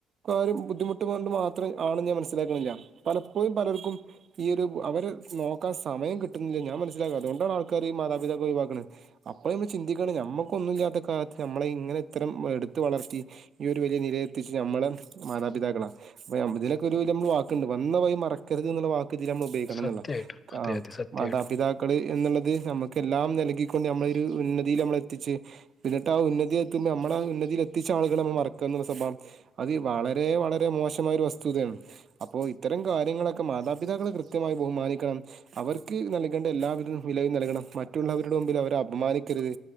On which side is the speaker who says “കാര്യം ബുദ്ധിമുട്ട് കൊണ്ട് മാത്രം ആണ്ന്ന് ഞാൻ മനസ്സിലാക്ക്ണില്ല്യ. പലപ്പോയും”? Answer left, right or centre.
Right